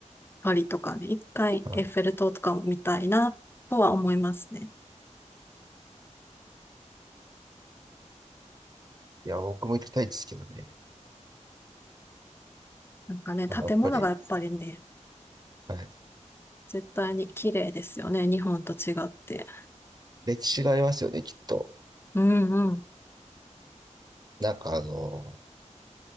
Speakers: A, on the left; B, on the right.
A: パリとかね、一回エッフェル塔とかも見たいなとは思いますね。
B: はい。いや、僕も行きたいですけどね。
A: なんかね、
B: まあやっぱり、
A: 建物がやっぱりね、
B: はい。
A: 絶対に綺麗ですよね、日本と違って。
B: 歴史がありますよね、きっと。
A: うんうん。
B: なんかあの、